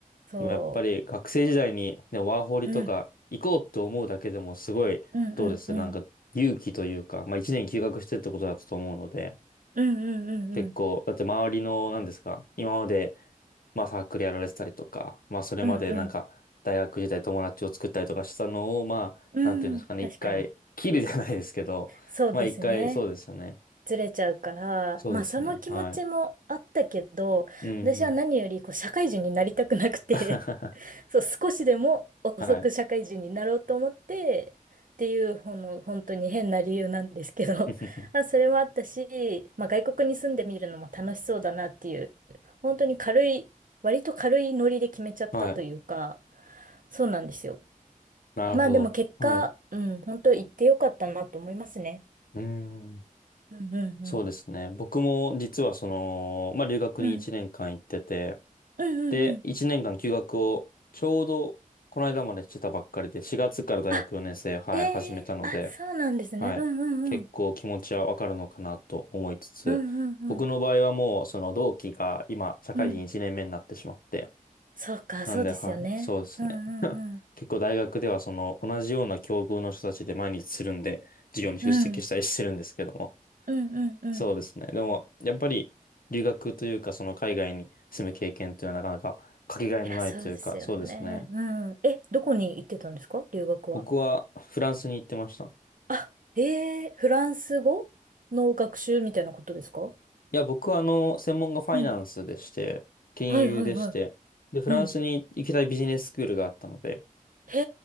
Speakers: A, on the right; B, on the left.
A: そ
B: でもやっぱり学生時代に、ね、ワーホリとか行こうって思うだけでもすごい、
A: う。うんうんうんうん。
B: どうですなんか勇気というか、まあ一年休学してってことだったと思うので、
A: うんうんうんうん。
B: 結構、だって周りの、何ですか今まで、まあサークルやられてたりとか、まあそれまでなんか大学時代友達を作ったりとかしたのを、
A: うんうん。
B: まあ、
A: うん。
B: なんていうんですかね、
A: 確かに。
B: 一回切るじゃないですけど、
A: そうですね。
B: まあ一回、そうですよね。
A: ずれちゃうから、
B: そうですよね。
A: まあその気持ちもあったけど、
B: はい。うんうん。
A: 私は何よりこう社会人になりたくなくて
B: <laughs>
A: <laughs> そう、少しでも遅く社会人になろうと思って、
B: はい。
A: っていう、ほんの、本当に変な理由なんですけど、
B: <laughs>
A: <laughs> あ、それもあったし、まあ外国に住んでみるのも楽しそうだなっていう、本当に軽い、割と軽いノリで決めちゃったというか、
B: はい。
A: そうなんですよ。
B: なるほど。
A: まあでも結果、
B: はい。う
A: うん、本当行ってよかったなと思いますね。
B: ーん。
A: うんうんうん。
B: そうですね。僕も実はその、まあ、留学に1年間行ってて、
A: うん。うんうんうん。
B: で、1年間休学をちょうどこの間までしてたばっかりで、4月から大学4年生、
A: あ、
B: はい、
A: ええあ、
B: 始めたので、
A: そうなんですね。
B: はい。
A: うんうんうん。
B: 結構気持ちはわかるのかなと思いつつ、
A: うんうんうん。
B: 僕の場合はもうその同期が今社会人1年目になってしまって、
A: うん。そうか、
B: なんではい、
A: そうですよね。
B: そうですね。
A: うんうんうん。
B: 結構大学ではその同じような境遇の人たちで毎日するんで、授業に出席したりしてるんですけども、
A: うん。うんうんうん。
B: そうですね。でも、やっぱり留学というか、その海外に住む経験というのはなかなかかけがえのないというか、
A: いや、そうですよね。
B: そうですね。
A: うん。え、どこに行ってたんですか留学は。
B: 僕はフランスに行ってました。
A: あ、ええフランス語の学習みたいなことですか
B: いや、僕はあの、専門がファイナンスでして、
A: うん。
B: 金融でして、
A: はいはいはい。
B: で、フランスに行きたいビジネススクールがあったので、
A: うん。へ